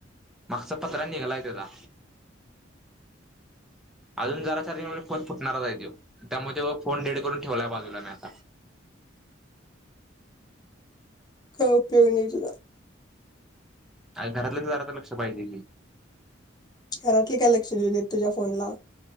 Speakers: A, in the centre; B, on the left (about 20°).
A: मागचा पत्रा निघलाय त्याचा. अजून जरा चार्जिंग फोन फुटणारच आहे तो त्यामुळे फोन डेड करून ठेवलाय बाजूला मी आता.
B: काय उपयोग नाही तुझा.
A: घरातल्यांचं जरातर लक्ष पाहिजे की.
B: घरातले काय लक्ष देऊ देत तुझ्या फोनला.